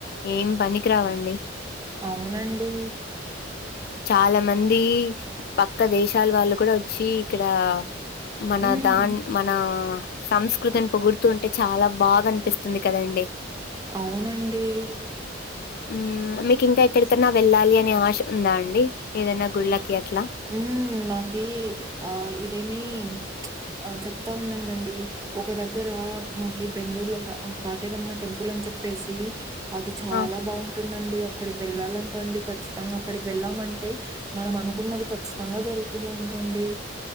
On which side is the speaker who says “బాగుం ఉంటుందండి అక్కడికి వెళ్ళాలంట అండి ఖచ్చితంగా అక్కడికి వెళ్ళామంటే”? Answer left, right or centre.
Right